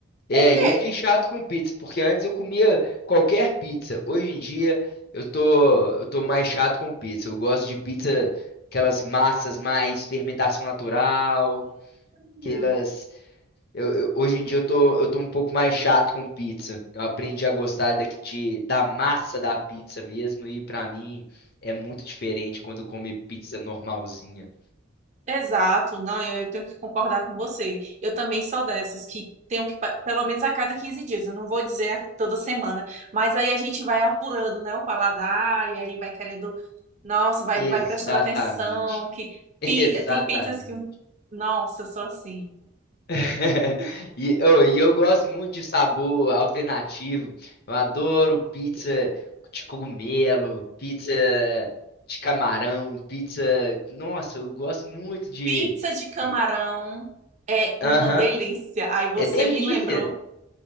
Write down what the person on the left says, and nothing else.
É,
e eu fiquei chato com pizza, porque antes eu comia qualquer pizza. Hoje em dia eu tô, eu tô mais chato com pizza. Eu gosto de pizza, aquelas massas mais fermentação natural,
aquelas Eu, eu- hoje em dia eu tô, eu tô um pouco mais chato com pizza. Eu aprendi a gostar da, de, da massa da pizza mesmo, e pra mim é muito diferente quando come pizza normalzinha.
Exatamente.
<laughs>
Exatamente.
<laughs> E, eu e eu gosto muito de sabor alternativo. Eu adoro pizza de cogumelo, pizza de camarão, pizza. Nossa, eu gosto muito de.
de-
Aham.
É delícia.